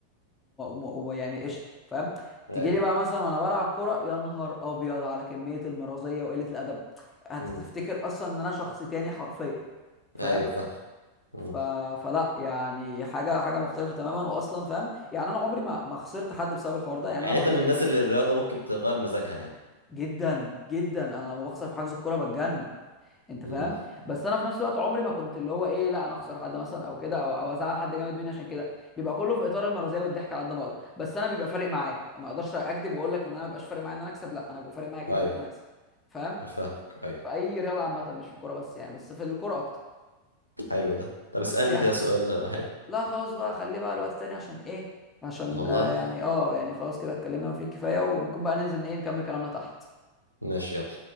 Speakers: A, on the left; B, on the right.
A: ويعني قشطه فاهم
B: ايوه
A: تيجي لي بقى مثلا وانا بلعب كوره يا نهار ابيض على كميه المرازيه وقله الادب هتفتكر
B: امم
A: اصلا ان انا شخص تاني حرفيا فاهم
B: ايوه فاهم مم.
A: ف... فلا يعني حاجه حاجه مختلفه تماما واصلا فاهم يعني انا عمري ما ما خسرت حد بسبب الحوار ده يعني
B: يعني
A: انا برضو
B: انت من
A: ايه
B: الناس اللي الرياضة ممكن تغير مزاجها يعني
A: جدا جدا انا لما بخسر في حجز الكوره بتجنن انت فاهم
B: امم
A: بس انا في نفس الوقت عمري ما كنت اللي هو ايه لا انا اخسر حد مثلا او كده او او ازعل حد جامد مني عشان كده بيبقى كله في اطار المرضيه والضحك على قد ما اقدر بس انا بيبقى فارق معايا ما اقدرش اكذب واقول لك ان انا ما بيبقاش فارق معايا ان انا اكسب لا انا بيبقى فارق معايا جدا
B: ايوه
A: ان انا اكسب فاهم
B: فاهمك ايوه
A: في اي رياضه عامه مش في الكوره بس يعني بس في الكوره اكتر
B: حلو ده طب
A: بس
B: اسألني
A: يعني
B: كده سؤال حلو
A: لا خلاص بقى خليه بقى الوقت تاني عشان ايه عشان
B: والله
A: آه، يعني اه يعني خلاص كده اتكلمنا ما فيه الكفايه وممكن بقى ننزل ايه نكمل كلامنا تحت
B: ماشي يلا